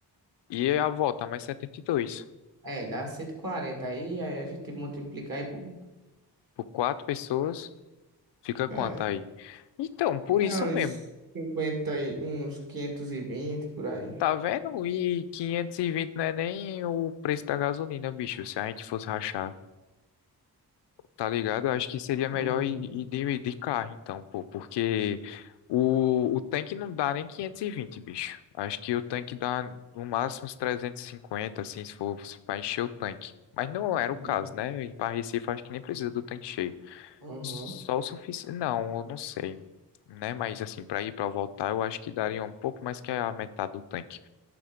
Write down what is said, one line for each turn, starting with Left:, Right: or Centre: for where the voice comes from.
Left: E é a volta, mais setenta e dois
Right: É, dá 140 aí, aí a gente multiplica aí por.
Left: Por quatro pessoas, fica quanto
Right: É,
Left: aí? Então, por
Right: fica
Left: isso mesmo.
Right: uns 50 e uns 520 por aí.
Left: Tá vendo? E 520 não é nem o preço da gasolina, bicho. Se a gente fosse rachar, tá ligado? Eu acho que seria melhor
Right: Uhum,
Left: ir, ir de, de carro, então, pô, porque o, o tanque não dá nem 520 bicho. Acho que o tanque dá no máximo uns 350 assim, se for para encher o tanque. Mas não era
Right: uhum,
Left: o caso, né? E para Recife, acho que nem precisa do tanque cheio.
Right: uhum.
Left: Só o suficiente. Não, eu não sei, né? Mas assim, para ir para voltar, eu acho que daria um pouco mais que a metade do tanque.